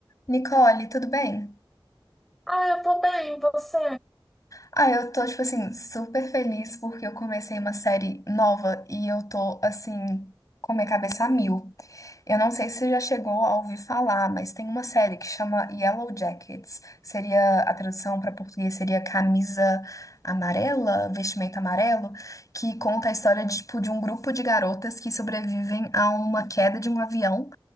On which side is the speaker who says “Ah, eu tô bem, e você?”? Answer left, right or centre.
Centre